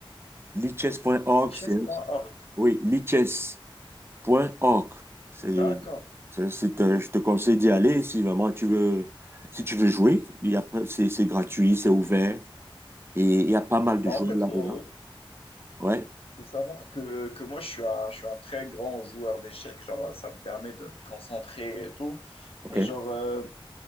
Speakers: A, on the right; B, on the left.
A: Lichess.org,
B: chess.org.
A: c'est oui, lichess. point org. C'est,
B: D'accord.
A: c'est- c'est un- je te conseille d'y aller si vraiment tu veux, si tu veux jouer. Il y a, pas- c'est, c'est gratuit, c'est ouvert et il y a pas mal
B: Bah,
A: de joueurs
B: en fait,
A: là-dedans.
B: faut,
A: Ouais.
B: faut savoir que, que moi, je suis un, je suis un très grand joueur d'échecs. Genre, ça me permet de me concentrer et tout.
A: Ok.
B: Et genre, euh,